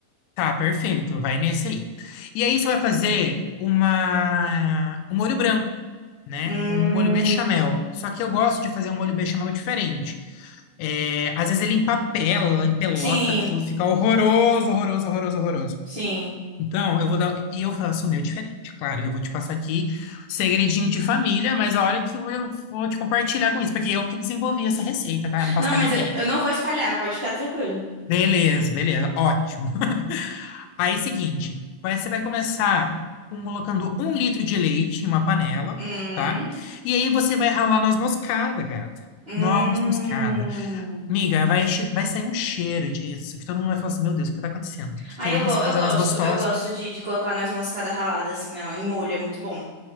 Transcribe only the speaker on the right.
Hum,
sim,
sim.
Não,
mas
eu, eu não vou espalhar, pode ficar tranquilo.
Hum,
hum.
Ah,
eu,
go
eu
gosto,
eu gosto de, de colocar noz moscada ralada, assim, não, em molho, é muito bom.